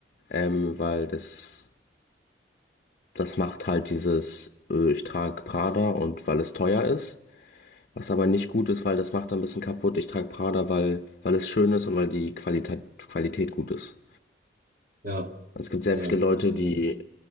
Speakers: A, on the left; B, on the right.
A: ähm, weil das, das macht halt dieses, äh, ich trage Prada und weil es teuer ist. Was aber nicht gut ist, weil das macht ein bisschen kaputt. Ich trage Prada, weil, weil es schön ist und weil die Qualität, Qualität gut ist.
B: Ja,
A: Es gibt sehr
B: ja,
A: viele
B: das
A: Leute,
B: ist das Problem.
A: die